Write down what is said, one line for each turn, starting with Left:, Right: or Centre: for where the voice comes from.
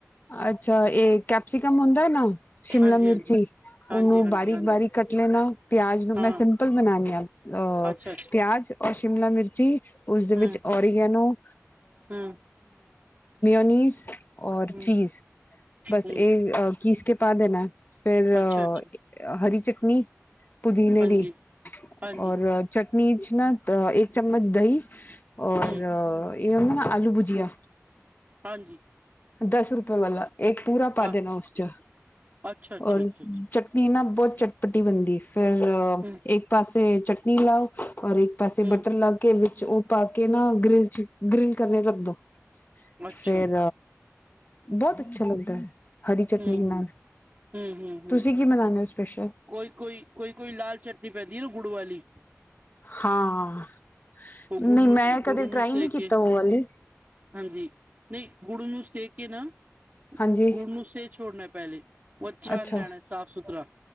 Left: ਅੱਛਾ ਇਹ ਕੈਪਸੀਕਮ ਹੁੰਦਾ ਨਾ ਸ਼ਿਮਲਾ
Right: ਹਾਂਜੀ
Left: ਮਿਰਚੀ
Right: ਹਾਂਜੀ ਹਾਂਜੀ
Left: ਉਹਨੂੰ
Right: ਹਾਂਜੀ
Left: ਬਾਰੀਕ-ਬਾਰੀਕ
Right: ਹਾਂਜੀ
Left: ਕੱਟ ਲੈਣਾ ਪਿਆਜ ਨੂੰ
Right: ਹਾਂ
Left: ਮੈਂ ਸਿੰਪਲ ਬਨਾਨੀ ਹਾਂ ਅਹ
Right: ਅੱਛਾ ਅੱਛਾ
Left: ਪਿਆਜ ਰ ਸ਼ਿਮਲਾ ਮਿਰਚੀ ਉਸਦੇ ਵਿੱਚ
Right: ਹਮ
Left: ਓਰੀਗੈਨੋ
Right: ਹਮ
Left: ਚਾਨੀਜ਼ ਔਰ
Right: ਹਮ
Left: ਚੀਜ਼ ਬਸ
Right: ਹਮ
Left: ਇਹ ਕੀਸ ਕੇ ਪਾ ਦੇਣਾ ਹੈ ਫਿਰ
Right: ਅੱਛਾ ਅੱਛਾ
Left: ਹਰੀ ਚਟਨੀ ਪੁਦੀਨੇ
Right: ਹਾਂਜੀ
Left: ਦੀ,
Right: ਹਾਂਜੀ
Left: ਔਰ ਚਟਨੀ ਚ ਨਾ ਇੱਕ ਚਮਚ ਦਹੀਂ ਔਰ
Right: ਹਮ
Left: ਇਹ ਹੁੰਦਾ ਨਾ ਆਲੂ ਭੁਜੀਆ
Right: ਹਾਂਜੀ।
Left: ਦਸ ਰੁਪਏ ਵਾਲਾ ਇੱਕ ਪੂਰਾ ਪਾ
Right: ਹਾਂ
Left: ਦੇਣਾ ਉਸ ਚ,
Right: ਅੱਛਾ ਅੱਛਾ
Left: ਔਰ
Right: ਅੱਛਾ ਅੱਛਾ
Left: ਚਟਨੀ ਨਾ ਬਹੁਤ ਚਟਪਟੀ ਬਣਦੀ, ਫੇਰ
Right: ਹਮ
Left: ਇੱਕ ਪਾਸੇ ਚਟਨੀ ਲਾਓ ਔਰ ਇੱਕ ਪਾਸੇ
Right: ਹਮ
Left: ਬਟਰ ਲਗਾਕੇ ਵਿਚ ਉਹ ਪਾ ਕੇ ਨਾ ਗਰਿਲ ਚ ਗਰਿਲ ਕਰਨ ਰੱਖਦੋ
Right: ਅੱਛਾ
Left: ਫੇਰ, ਬਹੁਤ ਅੱਛਾ ਲੱਗਦਾ ਹੈ ਹਰੀ ਚਟਨੀ
Right: ਹੂੰ-
Left: ਨਾਲ
Right: ਹੂੰ, ਹੂੰ, ਹੂੰ, ਹੂੰ
Left: ਤੁਸੀਂ ਕੀ ਬਣਾਉਦੇ ਹੋ ਸਪੈਸ਼ਲ
Right: ਕੋਈ -ਕੋਈ, ਕੋਈ-ਕੋਈ ਲਾਲ ਚਟਨੀ ਪੈਂਦੀ ਨਾ ਗੁੜ ਵਾਲੀ
Left: ਹਾਂ
Right: ਉਹ
Left: ਨਹੀਂ
Right: ਗੁੜ ਨੂੰ
Left: ਮੈਂ
Right: ਗੁੜ
Left: ਕਦੇ
Right: ਨੂੰ
Left: ਟਰਾਈ
Right: ਸੇਕ
Left: ਨਹੀਂ ਕੀਤਾ
Right: ਕੇ
Left: ਉਹ ਵਾਲੀ
Right: ਹਾਂਜੀ, ਨਹੀਂ ਗੁੜ ਨੂੰ ਸੇ ਕੇ ਨਾ
Left: ਹਾਂਜੀ
Right: ਗੁੜ ਨੂੰ ਸੇਕ ਛੋੜਨਾ ਪਹਿਲੇ ਉਹ ਛਾਨ
Left: ਅੱਛਾ
Right: ਲੈਣਾ ਸਾਫ਼ ਸੁਥਰਾ,